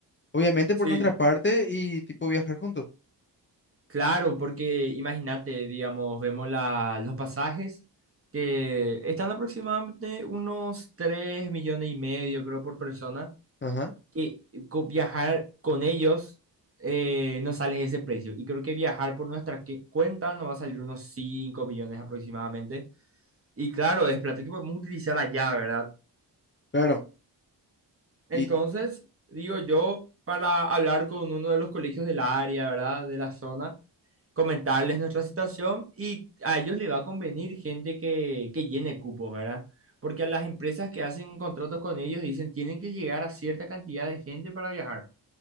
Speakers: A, on the left (about 25°); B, on the right (about 30°).
A: Obviamente
B: sí.
A: por nuestra parte y tipo viajar juntos.
B: Claro, porque imagínate, digamos, vemos la, los pasajes que están aproximadamente unos 3 millones y medio, creo, por persona.
A: Ajá,
B: que co- viajar con ellos eh, no sale ese precio. Y creo que viajar por nuestra que- cuenta nos va a salir unos 5 millones aproximadamente. Y claro, es plata que podemos utilizar allá, ¿verdad?
A: claro.
B: Entonces,
A: Y ti-
B: digo yo, para hablar con uno de los colegios del área, ¿verdad? De la zona, comentarles nuestra situación y a ellos les va a convenir gente que, que llene cupos, ¿verdad? Porque a las empresas que hacen contratos con ellos dicen, tienen que llegar a cierta cantidad de gente para viajar.